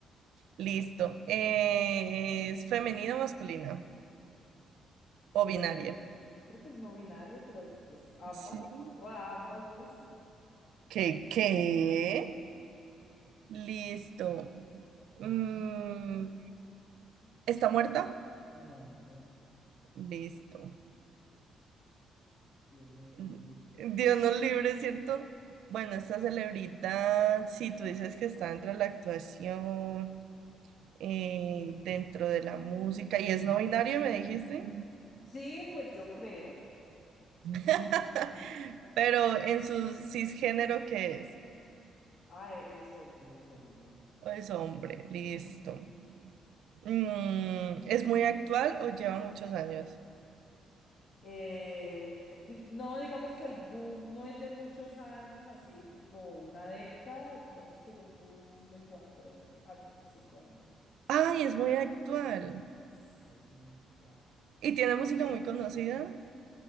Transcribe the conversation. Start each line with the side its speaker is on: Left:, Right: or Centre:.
Right: Listo. Eh, ¿es femenina o masculina? o binaria.
Left: Pues yo creo que es no binaria, pero pues ambas,
Right: Sí.
Left: o a ambas dos, sí.
Right: ¿Qué? ¿Qué? Listo. Mm, ¿está muerta?
Left: No,
Right: Listo.
Left: Dios nos libre.
Right: Mm, Dios nos libre, ¿cierto? Bueno, esta celebridad, si tú dices que está dentro de la actuación, eh, dentro de la música, y es no binario, me dijiste,
Left: Sí, pues yo creo.
Right: <laughs> pero en su cisgénero, ¿qué es?
Left: Ah, e- es hombre, es hombre.
Right: O es hombre, listo. Mm, ¿es muy actual o lleva muchos años?
Left: Eh, di- no, digamos que el boom no es de muchos años, así tipo una década, digamos que es un boom de cuatro años, cinco años.
Right: Ay, es muy actual.
Left: Sí, es muy actual.
Right: Y tiene música muy conocida.